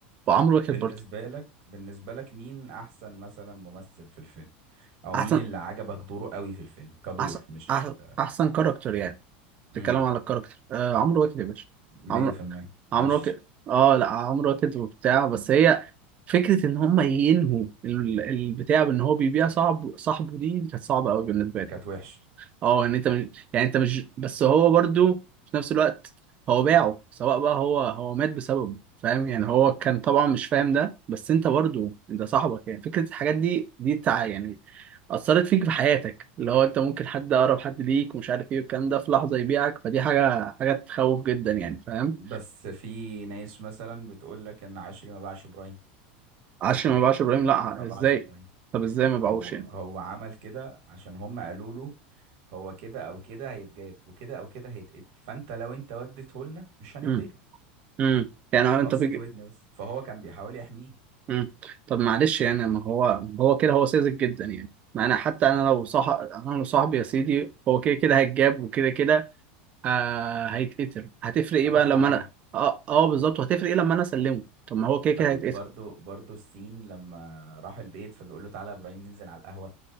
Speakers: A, on the right (about 25°); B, on the right (about 50°).
A: وعمرو واكد
B: بالنسبة
A: برضه
B: لك بالنسبة لك مين أحسن مثلا ممثل في الفيلم أو
A: احسن
B: مين اللي عجبك دوره قوي في الفيلم كدور
A: احسن
B: مش
A: احسن احسن كاركتر يعني بتتكلم
B: امم
A: على الكاركتر آه عمرو واكد يا باشا
B: مية
A: عمرو
B: في المية
A: عمرو
B: عشري
A: واكد اه لا عمرو واكد وبتاع بس هي فكره ان هم ينهوا ال- البتاع بان هو بيبيع صاحب صاحبه دي كانت صعبه قوي بالنسبه لي
B: كانت وحش
A: اه يعني انت مش يعني انت مش بس هو برضو في نفس الوقت هو باعه سواء بقى هو هو مات بسببه فاهم يعني هو كان طبعا مش فاهم ده بس انت برضو انت صاحبك يعني فكرة الحاجات دي دي تع يعني أثرت فيك في حياتك اللي هو انت ممكن حد أقرب حد ليك ومش عارف ايه والكلام ده في لحظة يبيعك فدي حاجة حاجة تخوف جدا يعني فاهم
B: بس في ناس مثلا بتقول لك إن عشري ما باعش إبراهيم
A: عشري ما باعش إبراهيم لا
B: ما باعش
A: ازاي
B: إبراهيم
A: طب ازاي ما باعوش
B: هو
A: يعني
B: هو عمل كده عشان هم قالوا له هو كده أو كده هيتجاب وكده أو كده هيتقتل فأنت لو أنت وديته لنا مش هنقتله
A: امم امم يعني انت
B: قرصة
A: بتجيب
B: ودن بس فهو كان بيحاول يحميه
A: مم. طب معلش يعني ما هو هو كده هو ساذج جدا يعني ما انا حتى انا لو صح انا لو صاحبي يا سيدي هو كده كده هيتجاب وكده كده آه هيتقتل هتفرق ايه
B: أروح
A: بقى لما
B: معاه
A: انا اه, آه بالظبط وهتفرق ايه لما انا اسلمه طب ما هو كده
B: طيب
A: كده هيتقتل
B: برضو برضو السين لما راح البيت فبيقول له تعالى يا ابراهيم ننزل على القهوة